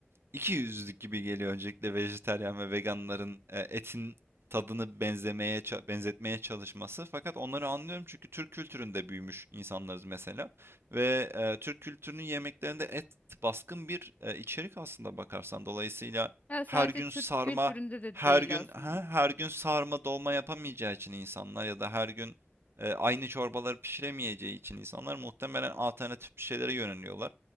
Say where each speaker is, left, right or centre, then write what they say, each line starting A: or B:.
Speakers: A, on the right; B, on the left.
A: iki yüzlük gibi geliyor öncelikle vejetaryen ve veganların e, etin tadını benzemeye ça- benzetmeye çalışması. Fakat onları anlıyorum çünkü Türk kültüründe büyümüş insanlarız mesela ve e, Türk kültürünün yemeklerinde et baskın bir e, içerik aslında bakarsan. Dolayısıyla
B: Yani
A: her
B: sadece
A: gün
B: Türk
A: sarma,
B: kültüründe de
A: her
B: değil
A: gün
B: aslında.
A: ha, her gün sarma dolma yapamayacağı için insanlar ya da her gün e, aynı çorbaları pişiremeyeceği için insanlar muhtemelen alternatif bir şeylere yöneliyorlar.